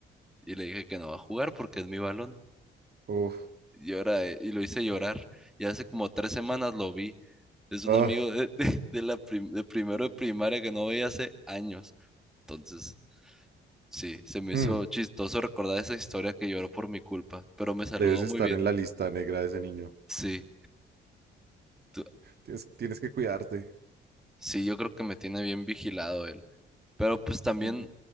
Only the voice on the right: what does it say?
uf,
ah,
mm,
Debes estar
en la lista negra de ese niño.
Tienes, tienes que cuidarte.
Mm,